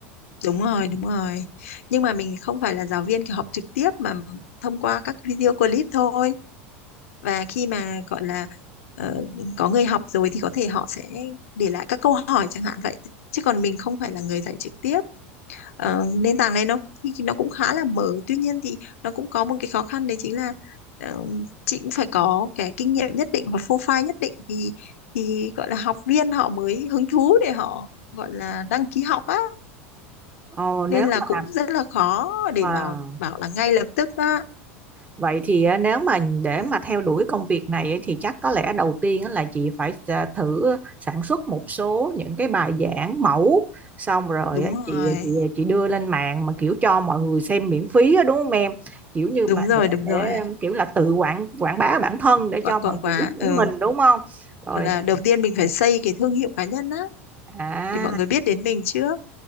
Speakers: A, on the left (about 80°); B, on the right (about 20°).
A: đúng rồi đúng rồi nhưng mà mình không phải là giáo viên kiểu học trực tiếp mà thông qua các video clip thôi và khi mà gọi là ờ, có người học rồi thì có thể họ sẽ để lại các câu hỏi chẳng hạn vậy chứ còn mình không phải là người dạy trực tiếp Ờ, nền tảng này nó thì nó cũng khá là mở tuy nhiên thì nó cũng có một cái khó khăn đấy chính là ờ, chị cũng phải có cái kinh nghiệm nhất định và profile nhất định thì thì gọi là học viên họ mới hứng thú để họ gọi là đăng ký học á
B: ồ nếu
A: nên là
B: mà
A: cũng rất là khó để
B: wow
A: mà bảo là ngay lập tức á
B: Vậy thì á, nếu mà để
A: Ừ,
B: mà theo đuổi công việc này ấy, thì chắc có lẽ đầu tiên á là chị phải à, thử sản xuất một số những cái bài giảng mẫu xong rồi
A: đúng
B: á, chị
A: rồi
B: chị chị đưa lên mạng mà kiểu cho mọi người xem miễn phí á, đúng không em? Kiểu như
A: đúng
B: mà
A: rồi
B: để
A: đúng
B: để
A: rồi
B: um, kiểu là tự quảng quảng bá bản thân để cho
A: quảng
B: mọi
A: quảng quá
B: người biết đến
A: ừ.
B: mình đúng không? Rồi
A: gọi là đầu tiên mình phải xây cái thương hiệu cá nhân á
B: à
A: để mọi người biết đến mình trước